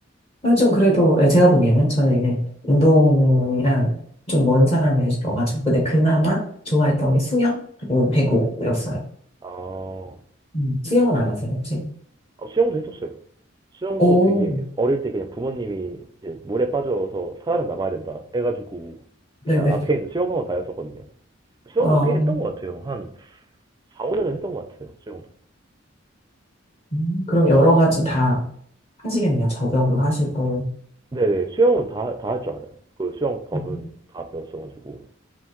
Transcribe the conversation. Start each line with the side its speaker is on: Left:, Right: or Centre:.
Left: 아, 좀 그래도 예, 제가 보기에는 저는 이제 운동이랑 좀
Right: 네.
Left: 먼 사람이어가지고 근데 그나마 좋아했던 게 수영 그리고 배구였어요.
Right: 아,
Left: 음, 수영은 안 하세요 혹시?
Right: 아, 수영도 해줬어요. 수영도
Left: 오,
Right: 되게 어릴 때 그냥 부모님이 이제 물에 빠져서 살아남아야 된다 해가지고
Left: 네네.
Right: 그냥 앞에 있는 수영학원 다녔었거든요. 수영도
Left: 아,
Right: 꽤 했던 것 같아요. 한 4, 5년은 했던 것 같아요. 수영도.
Left: 음, 그럼 여러 가지 다 하시겠네요. 접영도 하시고.
Right: 네네, 수영은 다, 다 할 줄 알아요. 그 수영 법은
Left: 음.
Right: 다 배웠어가지고.